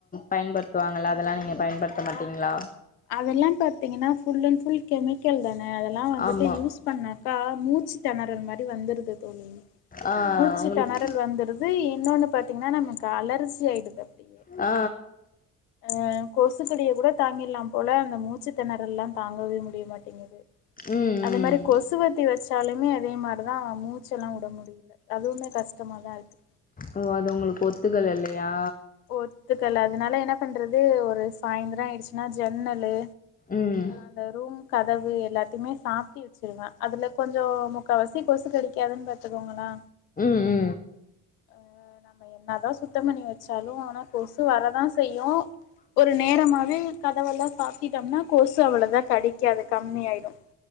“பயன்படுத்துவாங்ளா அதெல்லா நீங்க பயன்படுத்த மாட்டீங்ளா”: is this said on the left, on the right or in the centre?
Left